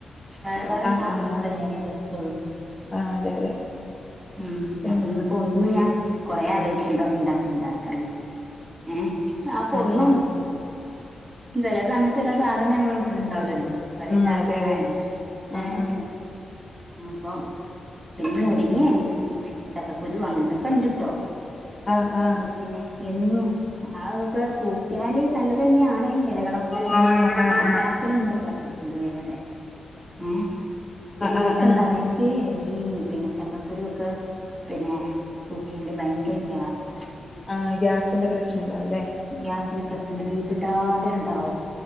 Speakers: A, on the right; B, on the left.
A: <unintelligible> ഇണ്ടാക്കുമ്പോളല്ലേന്
B: ആഹ് ആഹ്
A: രസൊള്ളു
B: ആഹ് അതെ അതെ
A: ഉം
B: പിന്നെ
A: അപ്പ ഇന്നിപ്പോ ഒന്ന് ഞാൻ കൊറെ ആലോയ്ച് എന്താപ്പണ്ടാക്കണ്ടാ ക്ക നച്ച് ഏഹ് അപ്പൊന്നും
B: ആഹ് ആഹ്
A: ചെലെ സമ എല്ലാ സാധനൊം ഞമ്മളെ വീട്ടിലിണ്ടാവ്ലല്ലോ കറി
B: ആഹ്
A: ഇണ്ടാക്കാനായ്ലും
B: അതെ അതെ ആഹ്
A: ഏഹ്
B: ആഹ്
A: ആഹ് ഇപ്പം പിന്നെ ഒരുങ്ങി എണിറ്റ് ചക്കക്കുരു അങ്ങൻത്തൊക്കെ ഇണ്ട്ട്ടോ
B: ആഹ്
A: അതൊന്നും
B: ആഹ് ആഹ് ആഹ്
A: പിന്നെ എന്നും അതൊക്കെ കൂട്ട്യാല് നല്ല തെന്ന്യാണ് എലകളൊക്കെ
B: ആഹ് ആഹ്
A: ഞാൻ ഇണ്ടാക്കലിണ്ട് പൊതുവെ ഇവടെ ഏഹ് പിന്നെ
B: ആഹ്
A: ഇൻക്കെന്താന്നോ
B: ആഹ്
A: ഇൻക്ക് ഈ പിന്നെ ചക്കക്കുരു ഒക്ക പിന്നെ കുട്ട്യാല് ഭയ്ങ്കര ഗ്യാസ
B: ആഹ് ഗ്യാസിന്റെ പ്രശ്നണ്ടാവുല്ലേ
A: ഗ്യാസിന്റെ പ്രശ്നം ബീ പിട്ടാത്യണ്ടാവും